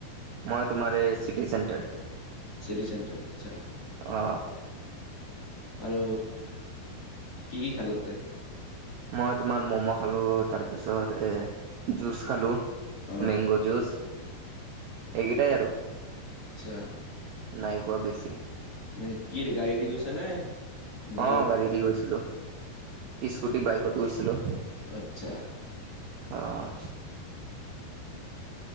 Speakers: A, on the right (about 75°); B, on the left (about 40°).
A: মই তোমাৰ এই চিটি চেণ্টাৰ
B: চিটি চেণ্টাৰ আচ্ছা
A: অ
B: আৰু কি কি খালি তই
A: মই তোমাৰ ম'ম' খালো তাৰ পিছত এ জুচ খালোঁ
B: অ
A: মেংগো জুচ এইকেইটাই আৰু
B: আচ্ছা
A: নাই খোৱা বেছি
B: নে কি গাড়ীৰ দি গৈছা নে নিজৰ
A: অহ গাড়ী দি গৈছিলোঁ স্কুটি বাইকত গৈছিলোঁ
B: আচ্ছা
A: অহ